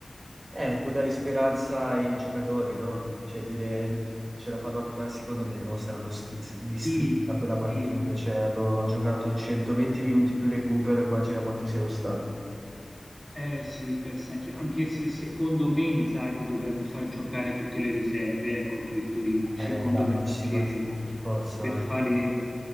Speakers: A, on the right (about 60°); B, in the centre.
A: Eh, può dare speranza ai giocatori, no? Cioè dire ce la fanno anche, ma secondo me no, saranno st- s- distrutti
B: sì,
A: da quella partita,
B: sì,
A: cioè hanno giocato 120 minuti più recupero, immagina quanto siano stanchi.
B: Eh sì, penso anch'io, anche se secondo me Inzaghi dovrebbe far giocare tutte le riserve eh, contro il Torino, secondo
A: Eh, la prossima
B: me, perché
A: sì, per forza,
B: per fare...
A: eh.